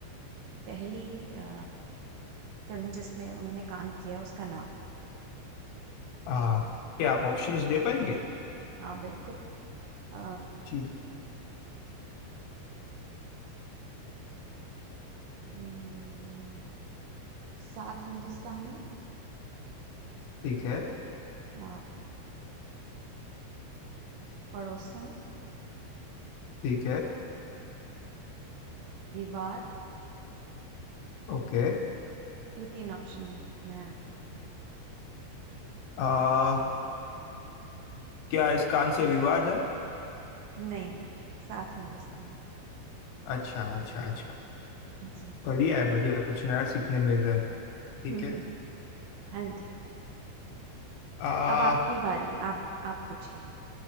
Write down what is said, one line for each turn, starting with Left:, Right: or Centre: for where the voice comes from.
Right: पहली अ, फ़िल्म जिसमें उन्होंने काम किया उसका नाम?
Left: आ क्या आप ऑप्शंस दे पाएंगे
Right: हाँ, बिल्कुल। अ,
Left: जी
Right: उम, सात हिंदुस्तानी,
Left: ठीक है
Right: अ, पड़ोसन,
Left: ठीक है
Right: दीवार
Left: ओके
Right: ये 3 ऑप्शन मैं आपको दिए हैं।
Left: आ क्या इसका आंसर विवाद है
Right: नहीं, नहीं, सात हिंदुस्तानी।
Left: अच्छा अच्छा अच्छा
Right: जी।
Left: बढ़िया है बढ़िया है, कुछ नया सीखने मिल रहा है ठीक
Right: <laughs>
Left: है
Right: हाँ जी।
Left: आ
Right: अब आपकी बारी, आप आप पूछिए।